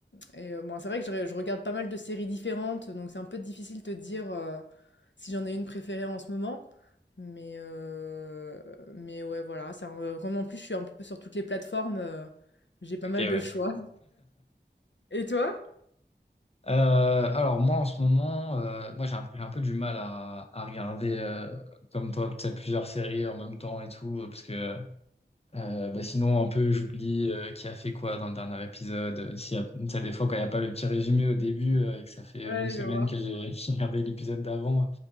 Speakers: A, on the left (about 85°); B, on the left (about 35°).
A: et heu, bon, c'est vrai que je re je regarde pas mal de séries différentes, donc c'est un peu difficile de te dire, heu, si j'en ai une préférée en ce moment. Mais heu, mais ouais, voilà, ça re comme en plus, je suis un peu sur toutes les plateformes, heu, j'ai pas
B: ok,
A: mal de
B: ouais.
A: choix. Et toi?
B: Euh, alors moi en ce moment, euh, moi j'ai un, j'ai un peu du mal à, à regarder euh, comme toi, tu sais, plusieurs séries en même temps et tout, parce que Euh, bah sinon, un peu, j'oublie euh, qui a fait quoi dans le dernier épisode. Euh, S'il y a, tu sais, des fois, quand il n'y a pas le petit résumé au début euh, et que ça fait euh,
A: Ouais,
B: une semaine
A: je vois.
B: que j'ai <laughs> j'ai regardé l'épisode d'avant,